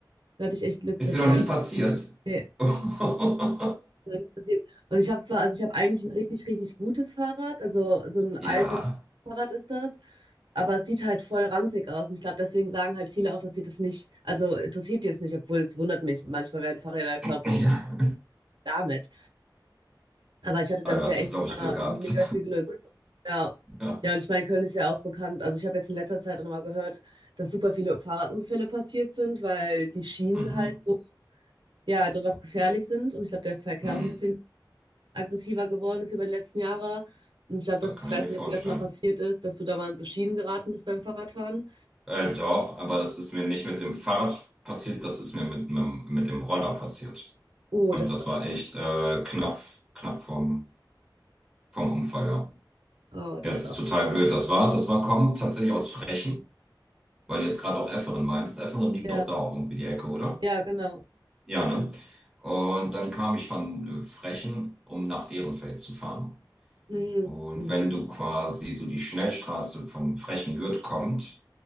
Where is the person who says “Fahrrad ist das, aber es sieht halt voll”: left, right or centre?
Right